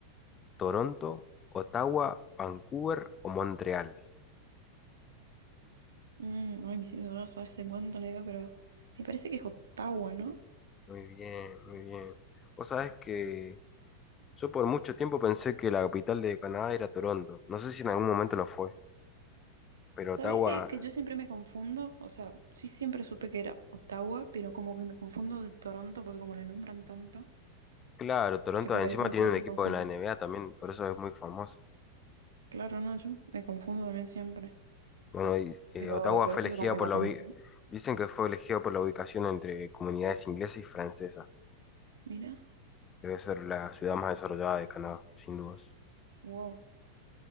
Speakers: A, on the left; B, on the right.
A: ¿Toronto, Ottawa, Vancouver o Montreal?
B: Mm, ay, me hiciste dudar, sabes en cuánto no digo, pero me parece que es Ottawa, ¿no?
A: Muy bien, muy bien. Vos sabés que yo por mucho tiempo pensé que la capital de Canadá era Toronto. No sé si en algún momento lo fue, pero Ottawa,
B: ¿Sabés que, que yo siempre me confundo? O sea, sí siempre supe que era Ottawa, pero como que me confundo de Toronto porque como la nombran tanto,
A: claro, Toronto
B: que por
A: encima
B: ahí como
A: tiene
B: te hacen
A: un equipo
B: confundir.
A: de la NBA también, por eso es muy famoso.
B: Claro, no, yo me confundo también siempre,
A: Bueno, y, eh,
B: pero
A: Ottawa
B: por
A: fue
B: eso
A: elegida
B: como que
A: por
B: la
A: la
B: pensé.
A: ubi- dicen que fue elegida por la ubicación entre comunidades inglesas y francesas.
B: Mira,
A: Debe ser la ciudad más desarrollada de Canadá, sin dudas.
B: wow,